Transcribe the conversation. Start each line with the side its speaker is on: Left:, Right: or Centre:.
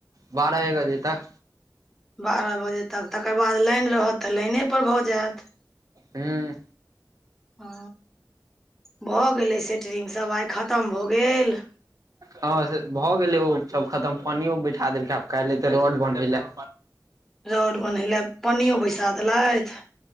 Right: बारह एक बजे तक।
Centre: बारह बजे तक तकर बाद लाइन रहत तऽ लाइनेपर भऽ जाएत।
Right: हुँ
Centre: हँ भऽ गेलैय से ट्रिंग सब आइ खतम भऽ गेल।
Right: हँ से भऽ गेलै ओ सब खतम पन्नियो बैठा देलकै आब कैल्ह एतैय रौड बंधैय लऽ।
Centre: रौड बन्हैे लऽ पन्नियो बैसा देलथि।